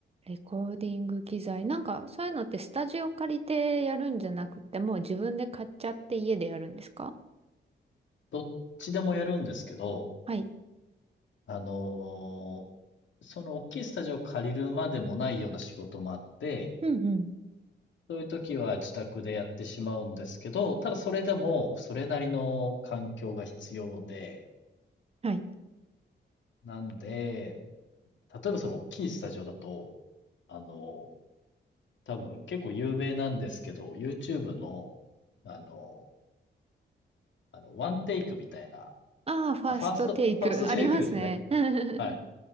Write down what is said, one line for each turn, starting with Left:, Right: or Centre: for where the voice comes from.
Right: レコーディング機材。なんか、そういうのってスタジオ借りてやるんじゃなくて、もう自分で買っちゃって家でやるんですか
Left: どっちでもやるんですけど、
Right: はい。
Left: あのその大きいスタジオを借りるまでもないような仕事もあって、
Right: うんうん。
Left: そういう時は自宅でやってしまうんですけど、ただそれでもそれなりの環境が必要で、
Right: はい。
Left: なんで、例えばその大きいスタジオだと、あの、多分結構有名なんですけど、YouTube の、あの、あの、ワンテイクみたいな、
Right: ああ、ファーストテイク。
Left: あ、ファースト、ファーストテイクですね。
Right: <laughs> ありますね。<laughs>
Left: はい。